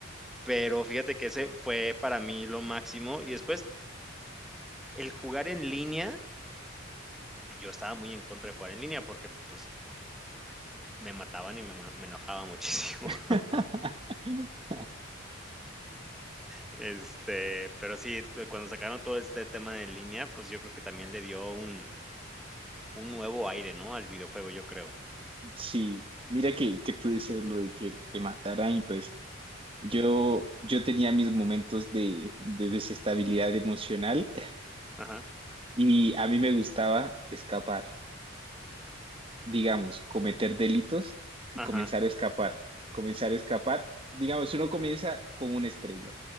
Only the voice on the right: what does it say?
<laughs>
Sí, mira que, que tú decías lo de que te mataran y pues yo, yo tenía mis momentos de, de desestabilidad emocional
Y a mí me gustaba escapar, digamos, cometer delitos y
comenzar a escapar, comenzar a escapar. Digamos, uno comienza con una estrella.